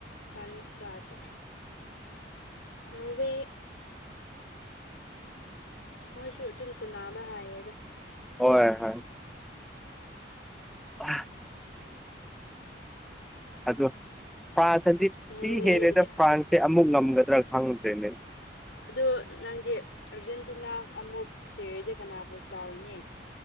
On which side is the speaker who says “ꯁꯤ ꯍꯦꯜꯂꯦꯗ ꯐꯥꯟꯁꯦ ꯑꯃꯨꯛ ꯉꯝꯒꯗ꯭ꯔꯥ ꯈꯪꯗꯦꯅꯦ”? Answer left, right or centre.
Centre